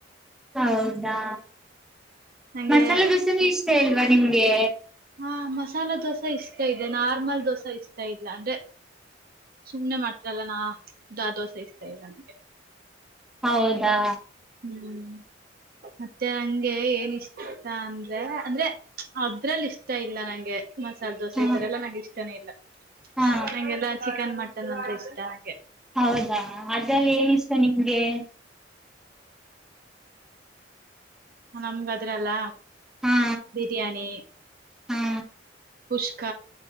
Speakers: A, in the centre; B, on the right.
A: ಹೌದಾ
B: ನಂಗೆ
A: ಮಸಾಲೆ ದೋಸೆನ ಇಷ್ಟ ಇಲ್ವಾ ನಿಮ್ಗೆ
B: ಹಾ ಮಸಾಲ ದೋಸೆ ಇಷ್ಟತ ಇದೆ ನಾರ್ಮಲ್ ದೋಸೆ ಇಷ್ಟ ಇಲ್ಲ ಅಂದ್ರೆ ಸುಮ್ನೆ ಮಾಡ್ತ್ರಾರಲ್ಲ ನಾ ದಾ ದೋಸ ಇ್ತಾ ಇಲ್ಲ ನಂಗೆ
A: ಹೌದಾ
B: ಹ್ಮ್ ಮತ್ತೆ ನಂಗೆ ಏನ್ ಇಷ್ಟ ಅಂದ್ರೆ ಅಂದ್ರೆ ಅದ್ರಲ್ಲಿ ಇಷ್ಟ ಇಲ್ಲ ನಂಗೆ ಮಸಾಲೆ ದೋಸೆ
A: ಹಾ
B: ಈ ತರ ಎಲ್ಲಾ ನಂಗೆ ಇಷ್ಟನೇ ಇಲ್ಲ
A: ಹಾ
B: ನಂಗೆಲ್ಲಾ ಚಿಕನ್ ಮಟನ್ ಅಂದ್ರೆ ಇಷ್ಟ ನಗೆ
A: ಹೌದಾ ಅದ್ರಲ್ಲಿ ಏನ ಇಷ್ಟ ನಿಮ್ಗೆ
B: ನಮಗದ್ರಲ್ಲ
A: ಹಾ
B: ಬಿರಿಯಾನಿ
A: ಹಾ
B: ಕುಷ್ಕ